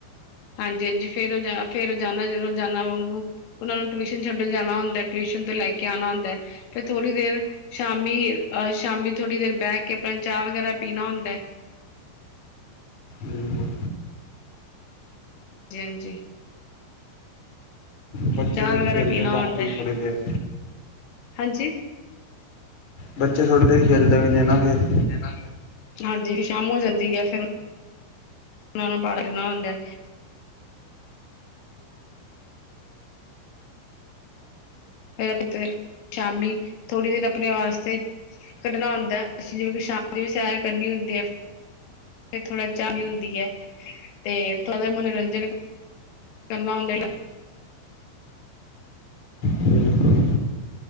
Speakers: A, on the left; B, on the left.
A: ਹਾਂਜੀ-ਹਾਂਜੀ ਫੇਰ ਰੋਜਾ-ਫੇਰ ਜ਼ਾਨਾ-ਰੋਜ਼ਾਨਾ ਵਂਗੂ- ਓਨਾ ਨੂੰ ਟਿਊਸ਼ਨ ਛੱਡਣ ਜਾਣਾ ਹੁੰਦੈ, ਟਿਊਸ਼ਨ ਤੋਂ ਲੈ ਕੇ ਆਣਾ ਹੁੰਦੈ। ਤੇ ਥੋੜ੍ਹੀ ਦੇਰ ਸ਼ਾਮੀ, ਅ ਸ਼ਾਮੀ ਥੋੜ੍ਹੀ ਦੇਰ ਬੈ ਕੇ ਅਪਣਾ ਚਾਅ ਵਗੈਰਾ ਪੀਣਾ ਹੁੰਦੈ।
B: ਬਿਲਕੁਲ।
A: ਜੀ ਹਾਂਜੀ।
B: ਬੱਚੇ
A: ਚਾਅ
B: ਫਿਰ
A: ਵਗੈਰਾ
B: ਖੇਲਦੇ
A: ਪੀਣਾ
B: ਨੇ ਰਾਤੀ
A: ਹੁੰਦੈ,
B: ਥੋੜ੍ਹੀ ਦੇਰ
A: ਹਾਂਜੀ।
B: ਬੱਚੇ ਥੋੜੀ ਦੇਰ ਖੇਲਦੇ ਵੀ ਨੇ ਨਾ ਫੇਰ।
A: ਨਾ ਫੇਰ। ਹਾਂਜੀ ਫੇਰ ਸ਼ਾਮ ਹੋ ਜਾਂਦੀ ਐ ਫੇਰ <inaudible> ਓਨਾਂ ਨੂੰ ਪਾਰਕ ਜਾਨਾ ਹੁੰਦੈ। ਫੇਰ ਤੇ ਸ਼ਾਮੀ ਥੋੜ੍ਹੀ ਦੇਰ ਅਪਣੇ ਵਾਸਤੇ ਕੱਢਣਾ ਹੁੰਦੈ, ਅਸੀ ਕਿਉਕਿ ਸ਼ਾਮ ਦੀ ਵੀ ਸੈਰ ਕਰਨੀ ਹੁੰਦੀ ਏ। ਤੇ ਥੋੜਾ ਚਾਅ, ਕਰਨੀ ਹੁੰਦੀ ਐ। ਤੇ ਥੋੜਾ ਮਨੋਰੰਜਨ ਕਰਨਾ ਹੁੰਦੈ।
B: ਬਿਲਕੁਲ